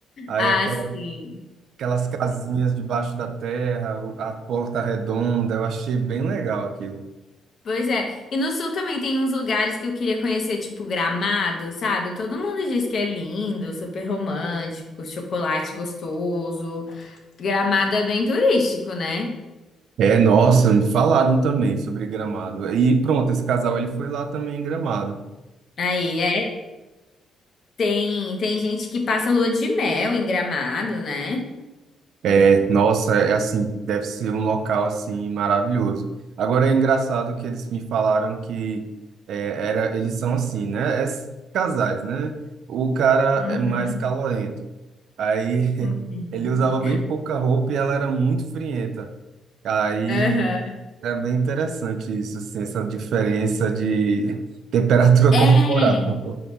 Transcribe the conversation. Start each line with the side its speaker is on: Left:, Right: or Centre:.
Right: Aí
Left: Ah,
Right: aquela,
Left: sim.
Right: aquelas casinhas debaixo da terra, o- a porta redonda, eu achei bem legal aquilo.
Left: Pois é. E no sul também tem uns lugares que eu queria conhecer, tipo Gramado, sabe? Todo mundo diz que é lindo, super romântico, chocolate gostoso. Gramado é bem turístico, né?
Right: É, nossa, me falaram também sobre Gramado. E pronto, esse casal ele foi lá também em Gramado.
Left: Aí, é, tem, tem gente que passa lua de mel em Gramado, né?
Right: É, nossa, é assim, deve ser um local assim maravilhoso. Agora é engraçado que eles me falaram que é, era, eles são assim, né? É s- casais, né? O cara
Left: Uhum.
Right: é mais calorento. Aí
Left: Uhum.
Right: <laughs> ele usava bem pouca roupa e ela era muito frienta. Aí
Left: Aham.
Right: é bem interessante isso, assim, essa diferença de <laughs> temperatura
Left: É,
Right: corporal.